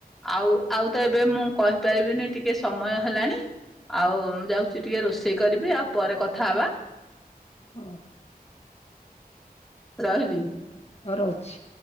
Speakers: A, in the centre; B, on the left (about 40°).
A: ଆଉ ଆଉ ତ ଏବେ ମୁଁ କହିପାରିବିନି ଟିକେ ସମୟ ହେଲାଣି। ଆଉ ମୁଁ ଯାଉଛି ଟିକେ ରୋଷେଇ କରିବି ଆଉ ପରେ କଥା ହବା।
B: ଅ ହ
A: ରହିିଲି।
B: ରହୁଛି।